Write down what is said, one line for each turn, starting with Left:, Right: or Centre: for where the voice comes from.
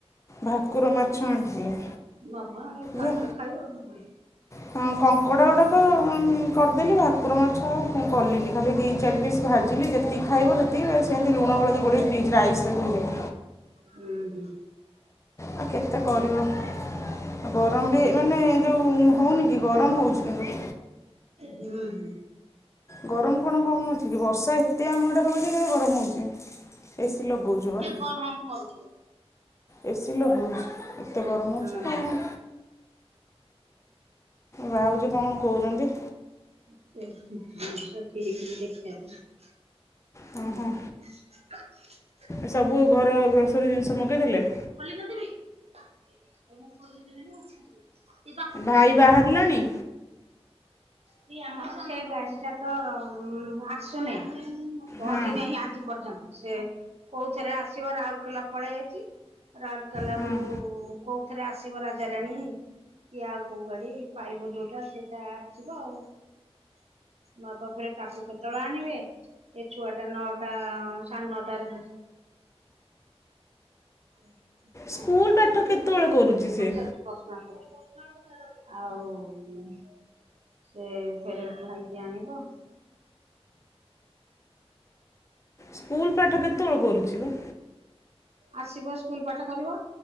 Left: ଭାକୁର ମାଛ ଆଣିଥିଲେ।
Right: ମାମା ଏକାଥରେ
Left: ଯେ
Right: ଖାଇବ ନା କଣ?
Left: ହଁ କଙ୍କଡ଼ା ଗୁଡ଼ାକ କରିଦେଲି ଭାକୁର ମାଛ କଲିନି ଖାଲି ଦି ଚାରି ପିସ୍ ଭାଜିଲି ଯେତିକି ଖାଇବ। ସେ ସେମିତି ଲୁଣହଳଦି ଗୋଲେଇକି ଫ୍ରିଜରେ ଆଇସରେ ଥୋଇଦେଲି।
Right: ହୁଁ ହୁଁ।
Left: ଆଉ କେତେ
Right: ହୁଁ
Left: କରିବ? ଆଉ ଗରମ ବି ମାନେ ଯୋଉ ହୋଉନି କି ଗରମ ହୋଉଛି କିନ୍ତୁ।
Right: ହୁଁ ହୁଁ।
Left: ଗରମ କଣ କମ ଅଛି କି ବର୍ଷା ଏତେ ଏତେ ଆମ ଆଡ଼େ ହୋଉଛି କିନ୍ତୁ ଗରମ ହୋଉଛି ଏସି ଲଗାଉଛୁ ବା।
Right: ହଁ ହଁ ମୁଁ କରୁଛି ରୁହ।
Left: ଏସି ଲଗାଉଛି ଏତେ ଗରମ ହଉଛି
Right: ହୁଁ
Left: କଣ
Right: ହୁଁ
Left: ଭାଉଜୀ କଣ କହୁଛନ୍ତି?
Right: ସେ ଜିନ୍ସ ଚିରି କିରି ଦେଖଆ <unintelligible>
Left: ହଁ ହଁ।
Right: <inaudible>
Left: ଏ ସବୁ ଘର ଗ୍ରୋସରୀ ଜିନିଷ ମଗେଇଦେଲେ?
Right: <unintelligible>
Left: ଭାଇ ବାହାରିଲାଣି?
Right: କି ଆମର ସେ ଗାଡି ଟା ତ ଆସୁନି। ପହଞ୍ଚି
Left: ହଁ
Right: ନାହିଁ ଆଜି ପର୍ଯ୍ୟନ୍ତ ସେ କୋଉଥିରେ ଆସିବ ରାଉ କେଲା ପଳେଇ ଆଇଛି, ରାଉକେଲାରୁ
Left: ହଁ।
Right: କୋଉଥରେ ଆସିବ ରାଜାରାଣୀ କି ଆଉ କୋଉ ଗାଡି ପାଇବ ଯୋଉଟା ସେ ଇଟା ଆସିବ ଆଉ, ମା ପାଖରେ ତାକୁ କେ ତେବେଳେ ଆଣିବେ ଏ ଛୁଆଟା ନଅଟା ସାଢେ ନଅଟାରେ <unintelligible> ପଚାରୁଛି
Left: ସ୍କୁଲ ପାଠ କେତେବେଳେ କରୁଛି ସେ?
Right: <unintelligible> ଆଉ ସେ ଫେରେ ଭାଇକି ଆଣିବ।
Left: ସ୍କୁଲ ପାଠ କେତେବେଳେ କରୁଛି ବା?
Right: ଆସିବ ସ୍କୁଲ ପାଠ କରିବ।